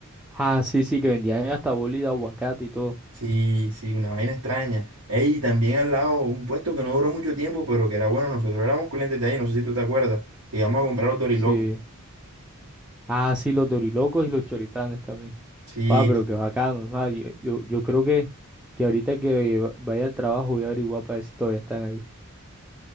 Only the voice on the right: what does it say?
Sí, sí, una vaina extraña. Ey, y también al lado, un puesto que no duró mucho tiempo, pero que era bueno, nosotros éramos clientes de ahí, no sé si tú te acuerdas, que íbamos a comprar los dorilocos.
Sí,